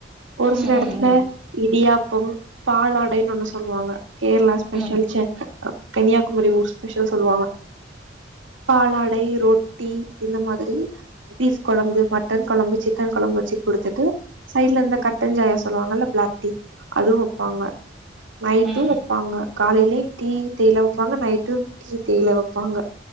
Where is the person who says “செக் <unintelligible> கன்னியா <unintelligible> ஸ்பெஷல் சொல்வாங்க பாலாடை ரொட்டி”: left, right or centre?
Right